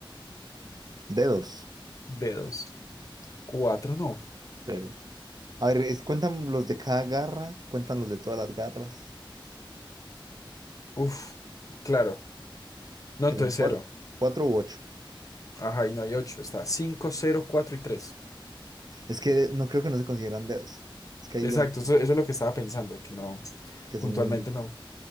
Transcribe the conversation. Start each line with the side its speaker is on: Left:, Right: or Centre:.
Right: Dedos,
Left: Dedos. Cuatro, no.
Right: pero. A ver, es- cuentan los de cada garra, cuentan los de
Left: Sí.
Right: todas las garras,
Left: Uf, claro. No,
Right: que
Left: entonces
Right: son cuatro,
Left: cero.
Right: cuatro u ocho.
Left: Ajá, y no hay 8, está cinco cero cuatro y 3.
Right: Es que no creo que no se consideran dedos. Es que ahí
Left: Exacto,
Right: viene el punto,
Left: eso, eso es lo que estaba pensando, que no,
Right: que
Left: puntualmente
Right: son,
Left: no.